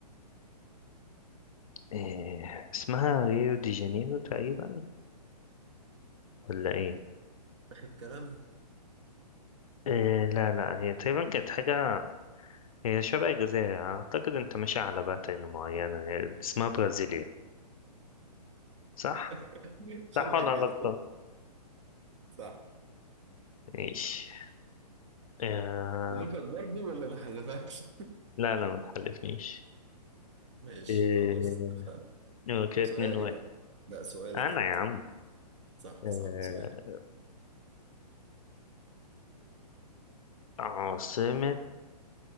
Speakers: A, on the left; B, on the right.
A: إيه. اسمها ريو دي جانيرو تقريبا ولا ايه؟
B: اخر كلام
A: إيه لا لا هي تقريبا كانت حاجة هي شبه الجزائر اعتقد انت ماشي على باترن معينة هي اسمها برازيليا صح؟
B: <laughs> شبه
A: صح ولا
B: الجزائر
A: غلطة؟
B: صح
A: ماشي إيه.
B: حلفك برضه ولا ما حلفكش
A: لا لا ما تحلفنيش
B: ماشي
A: إيه.
B: خلاص اتفقنا
A: هو كده
B: سؤالي
A: اتنين واحد
B: بقى لا سؤالك
A: انا
B: انت
A: يا عم
B: صح
A: آه...
B: صح سؤال
A: عاصمة